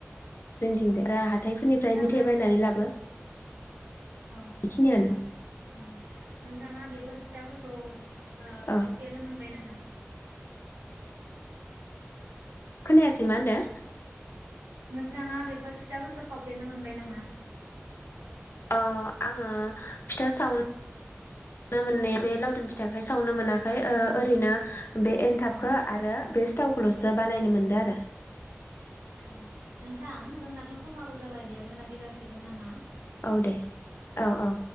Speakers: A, on the left (about 55°); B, on the right (about 90°).
A: जोंनिथिंजाय
B: औ
A: आरो
B: दा
A: हााइफोरनिफ्राय
B: नोंथाङा
A: मिथाइ बायनानै लाबो
B: औ
A: बेखियानो
B: औ नोंथाङा बेफोर फिथाफोरखौ ओ
A: औ
B: सावफेरनो मोनबाय नामा?
A: खोनायासै मा होनदों।
B: नोंथाङा बेफोर फिथाफोरखौ सावफेरनो मोनबाय नामा?
A: ओ आङो फिथा सावनो बे मोनै बे लावदुम फिथाखाय सावनो मोनाखै ओ ओरैनो बे एनथाबखौ
B: औ
A: आरो बे सिथावखौल'सो बानायनो मोनदो आरो।
B: औ नोंथां जोंनाथ' समाबो जाबाय बेयावनो लाखि जासिगोन नामा?
A: औ दे औ औ।